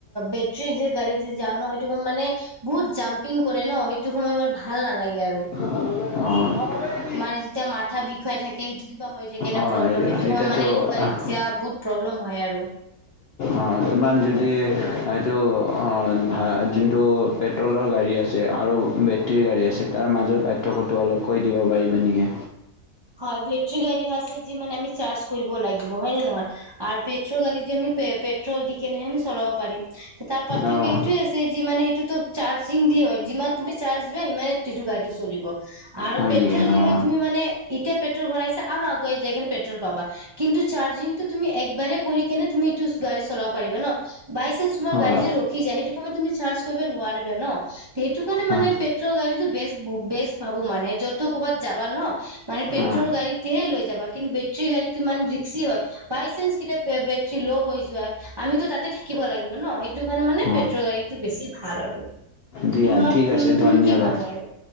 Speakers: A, on the right (about 30°); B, on the left (about 65°).
A: বেটৰী যে গাড়ী যে যাও ন সেইটো মানে বহুত জাম্পিং কৰে ন' সেইটো সময় মোৰ ভাল নালাগে আৰু
B: অ
A: মানে যেতিয়া মাথা বিষুৱাই থাকে সেইটো কিবা হৈ থাকে নে
B: অঁ
A: প্ৰব্লেম সটো
B: এতিয়াতো
A: মানে সেইটো গাড়ীত যেতিয়া বহুত প্ৰব্লেম হয় আৰু
B: অ', তোমাৰ যদি এইটো অ', যোনটো পেট পেট্ৰ'লৰ গাড়ী আছে আৰু বেটৰীৰ গাড়ী আছে তাৰ মাজৰ পাৰ্থক্যটো অলপ কৈ দিব পাৰিবা নেকি
A: হয় বেটৰী গাড়ী আছে যি মানে আমি চাৰ্জ কৰিব লাগিব হয় নে নহয় আৰু পেট্ৰল গাড়ী যে আম পেট্ৰল দি কেনেহে আমি চলাব পাৰিম তাৰ পাৰ্থক্য
B: অঁ
A: এইটোয়ে আছে যি মানে সেইটোতো চাৰ্জিং দি হয় যিমান তুমি চাৰ্জ দিবা সিমানেই সটো গাড়ী চলিব আৰু
B: হয়
A: পেট্ৰল
B: নেকি অঁ
A: দি হৈ তুমি মানে এতিয়া পেট্ৰল ভৰাইছা আৰু আগুৱাই যায় কিনে পেট্ৰল পাবা কিন্তু চাৰ্জিংটো তুমি একবাৰে কৰি কিনে তুমি এইটো গাড়ী চলাব পাৰিবা ন' বাই চান্স তোমাৰ
B: অঁ
A: গাড়ী যে ৰখি যায় সেইটো সময় তুমি চাৰ্জ কৰিব নোৱাৰিবা ন' সেইটো কাৰণে মানে
B: অঁ
A: পেট্ৰল গাড়ীটো বে বেছ ভাবো মানে য'ত ক'ৰবাত যাবা ন' মানে পেট্ৰল
B: অঁ
A: গাড়ীতেহে লৈ যাবা কিন্তু বেটৰী গাড়ীটো মানে ৰিক্সি হয় বাই চান্স কেতিয়াবা বেটৰী ল' হৈ যোৱা আমিতো তাতে থাকিব লাগিব ন সেইটো কাৰণে মানে
B: অঁ
A: পেট্ৰল গাড়ীতটো বেছি ভাল আৰু
B: দিয়া
A: তোমাৰ
B: ঠিক
A: তুমি
B: আছে
A: তুমি
B: ধন্যবাদ
A: কি ভাবা আৰু